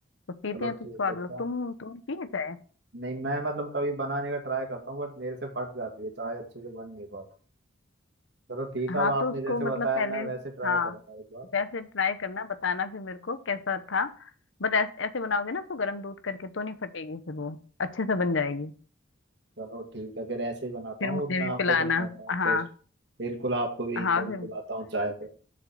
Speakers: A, on the left (about 75°); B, on the right (about 60°).
A: तो पीते
B: चलो
A: हैं तो
B: ठीक
A: स्वाद
B: है
A: लो तुम तुम पिए चाय
B: नहीं मैं मतलब कभी बनाने का ट्राई करता हूँ बट मेरे से फट जाती है चाय अच्छे से बन नहीं पाती चलो ठीक
A: हाँ
B: है अब आपने
A: तो उसको
B: जैसे
A: मतलब
B: बताया
A: पहले
B: मैं वैसे ट्राई
A: हाँ
B: करूंगा एक बार
A: वैसे ट्राई करना बताना फिर मेरे को कैसा था बट ऐस, ऐसे बनाओगे ना उसको गर्म दूध करके तो नहीं फटेगी फिर वो अच्छे से बन जाएगी
B: चलो ठीक है फिर ऐसे ही बनाता
A: फिर
B: हूँ
A: मुझे
B: और मैं
A: भी
B: आपको
A: पिलाना
B: बताता हूँ
A: हाँ
B: टेस्ट बिल्कुल आपको भी
A: हाँ
B: कभी
A: फिर
B: पिलाता हूँ चाय तो